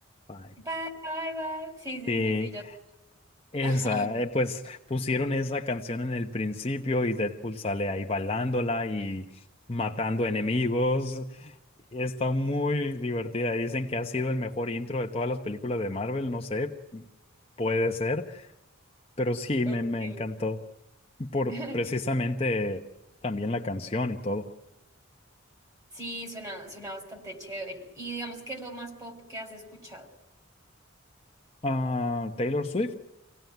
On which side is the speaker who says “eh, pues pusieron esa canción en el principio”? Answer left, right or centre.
Left